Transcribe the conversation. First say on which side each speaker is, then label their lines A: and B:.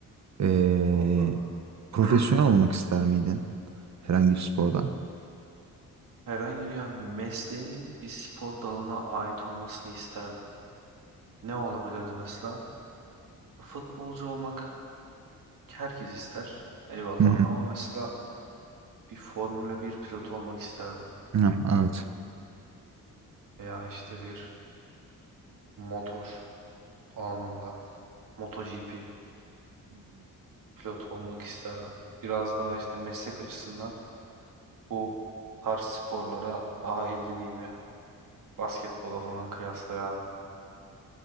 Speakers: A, on the right (about 50°); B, on the right (about 65°).
A: Ee,
B: doğru kanka.
A: profesyonel
B: <clears throat>
A: olmak ister miydin? Herhangi bir sporda?
B: Herhangi bir yani mesleğimin bir spor dalına ait olmasını isterdim. Ne olabilirdi mesela? Futbolcu olmak herkes ister. Eyvallah
A: Hı hı.
B: ama mesela bir Formula bir pilotu olmak isterdim.
A: Hı, Evet.
B: Veya işte bir motor alanında MotoGP. pilot olmak isterdim. Biraz daha işte meslek açısından bu tarz sporlara daha ilgiliyim ya. Basketbola falan kıyasla yani.